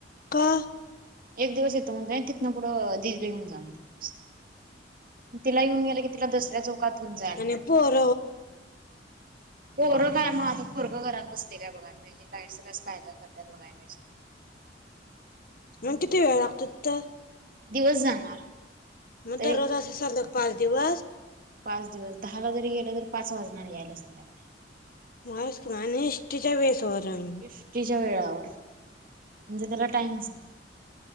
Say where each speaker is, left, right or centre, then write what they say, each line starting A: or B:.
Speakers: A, on the left; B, on the right.
A: का
B: एक दिवस येतो म्हणलय तिथनं पुढं <unintelligible> तिला येऊन गेलं की तिला दुसऱ्या झोकात घेऊन जायला
A: आणि
B: पाहिजे
A: पोर
B: पोरं काय मग पोरग घरात बसतय काय बघाय पाहिजे <unintelligible> काय काय करताय बघायला पाहिजे.
A: नेमकी
B: मग
A: तेरा वाक्यात काय...
B: दिवस जाणार.
A: मग
B: तरी
A: दररोज अस सलग पाच दिवस
B: पाच दिवस दहाला जरी गेल तरी पाच वाजणार येला संध्याकाळी.....
A: <unintelligible>
B: एष्टीच्या वेळावर म्हणजे त्याला टाईमच नाही